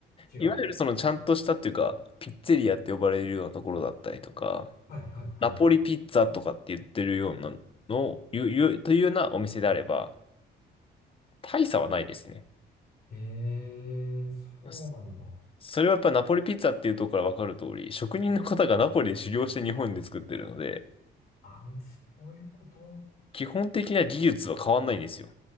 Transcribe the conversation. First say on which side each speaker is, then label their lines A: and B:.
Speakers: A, on the left (about 60°); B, on the left (about 30°).
A: 違う。
B: いわゆるそのちゃんとしたっていうか、
A: は
B: ピッツェリアって呼ばれるようなところだったりとか、
A: いはいはい。
B: ナポリピッツァとかって言ってるようなのを、いう、いう、というようなお店であれば、大差はないですね。
A: えー、そうなんだ。
B: そそれはやっぱりナポリピッツァっていうところからわかる通り、職人の方がナポリで修行して日本で作ってるので、
A: あ、そういうこと。
B: 基本的な技術は変わんないんですよ。